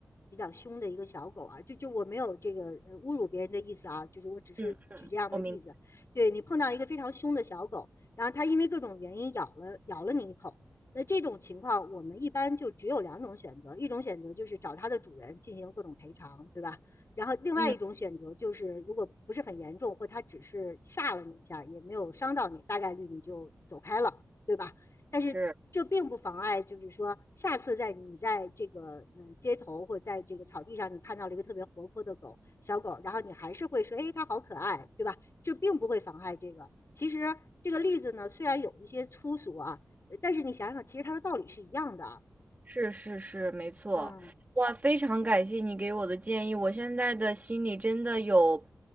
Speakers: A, on the left (about 50°); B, on the right (about 25°).
A: 比较凶的一个小狗啊，就就我没有这个呃侮辱别人的意思啊，就是我只是举这样的例子。
B: 嗯，我明，
A: 对你碰到一个非常凶的小狗，然后它因为各种原因咬了咬了你一口，那这种情况我们一般就只有两种选择，一种选择就是找它的主人进行各种赔偿，对吧？然后另外一种选择就是，
B: 嗯。
A: 如果不是很严重，或它只是吓了你一下，也没有伤到你，大概率你就走开了，对吧？但是这并不妨碍，
B: 是。
A: 就是说下次在你在这个呃街头或者在这个草地上，你看到了一个特别活泼的狗小狗，然后你还是会说，哎，它好可爱，对吧？这并不会妨碍这个。其实这个例子呢，虽然有一些粗俗啊，呃但是你想想，其实它的道理是一样的啊。
B: 是是是，没错。
A: 嗯
B: 哇，非常感谢你给我的建议，我现在的心里真的有